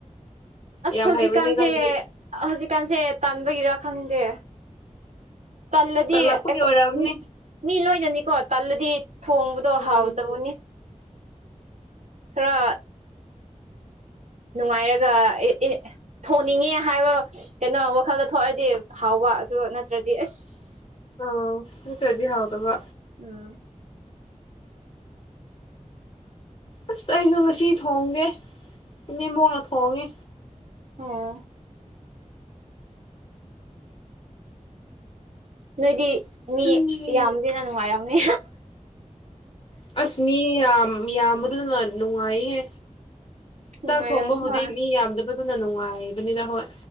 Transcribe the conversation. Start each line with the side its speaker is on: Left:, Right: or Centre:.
Right: ꯑꯁ
Left: ꯌꯥꯝ
Right: ꯍꯧꯖꯤꯛꯀꯥꯟꯁꯦ
Left: ꯍꯩꯕꯅꯦ ꯅꯪꯗꯤ
Right: ꯍꯧꯖꯤꯛꯀꯥꯟꯁꯦ ꯇꯟꯕꯒꯤꯔ ꯈꯪꯗꯦ ꯇꯜꯂꯗꯤ
Left: ꯇꯜꯂꯛꯄꯒꯤ
Right: ꯑꯩꯈꯣ
Left: ꯑꯣꯏꯔꯝꯅꯤ
Right: ꯎꯝ ꯃꯤ ꯂꯣꯏꯅꯅꯤꯀꯣ ꯇꯜꯂꯗꯤ ꯊꯣꯡꯕꯗꯣ
Left: ꯎꯝ
Right: ꯍꯥꯎꯇꯕꯅꯤ ꯈꯔ ꯅꯨꯡꯉꯥꯏꯔꯒ ꯑꯦ ꯑꯦ ꯊꯣꯡꯅꯤꯡꯉꯦ ꯍꯥꯏꯕ ꯀꯩꯅꯣ ꯋꯥꯈꯜꯗ ꯊꯣꯛꯑꯗꯤ ꯍꯥꯎꯕ ꯑꯗꯨ ꯅꯠꯇ꯭ꯔꯗꯤ ꯑꯁ
Left: ꯎꯝ ꯅꯠꯇ꯭ꯔꯥꯗꯤ ꯍꯥꯎꯇꯕ
Right: ꯎꯝ
Left: ꯑꯁ ꯑꯩꯁꯨ ꯉꯁꯤ ꯊꯣꯡꯒꯦ ꯏꯅꯦꯝꯕꯣꯛꯅ ꯊꯣꯡꯉꯦ
Right: ꯑꯣ ꯅꯣꯏꯗꯤ ꯃꯤ
Left: ꯎꯝ
Right: ꯌꯥꯝꯕꯅꯤꯅ ꯅꯨꯡꯉꯥꯏꯔꯝꯅꯤ
Left: ꯑꯁ ꯃꯤ ꯌꯥꯝ ꯌꯥꯝꯕꯗꯨꯅ ꯅꯨꯡꯉꯥꯏꯍꯦ
Right: ꯅꯨꯡꯉꯥꯏꯔꯝꯅꯤ
Left: ꯆꯥꯛ ꯊꯣꯡꯕꯕꯨꯗꯤ
Right: ꯍꯣꯏ
Left: ꯃꯤ ꯌꯥꯝꯗꯕꯗꯨꯅ ꯅꯨꯡꯉꯥꯏꯕꯅꯤꯗ ꯍꯣꯏ